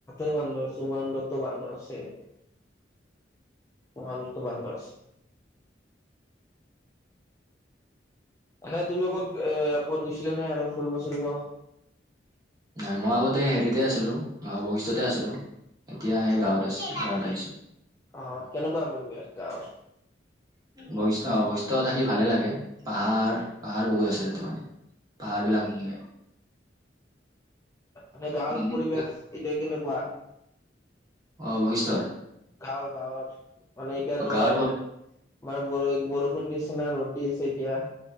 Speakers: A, on the left (about 15°); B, on the right (about 20°).
A: বান্দৰ আছে, উমানন্দতো বান্দৰ আছে। উমানন্দতো বান্দৰ আছে। মানে তুমি ক'ত এ ক'ত গৈছিলা নে আৰু ফুৰিব চুৰিব?
B: নাই, মই আগতে হেৰিতে আছিলো, বৈশিষ্টতে আছিলো, এতিয়া এ গাঁৱত আছো গাঁৱত আ
A: অ', কেনেকুৱা পৰিৱেশ গাঁৱৰ?
B: বৈশিষ্ট অ' বশিষ্ট থাকি ভালে লাগে, পাহাৰ পাহাৰ বহুত আছে ইয়াতে মানে। পাহাৰ বিলাক <unintelligible>
A: মানে গাঁৱৰ
B: উম,
A: পৰিৱেশ এতিয়া কেনেকুৱা?
B: অ', বৈশিষ্টৰ।
A: ঘাৱৰ ঘাৱৰ মানে এতিয়া
B: অ,
A: তোৰ
B: গাঁৱৰ পৰা
A: মানে বৰ বৰষুণ দি না ৰ'দ দি আছে এতিয়া।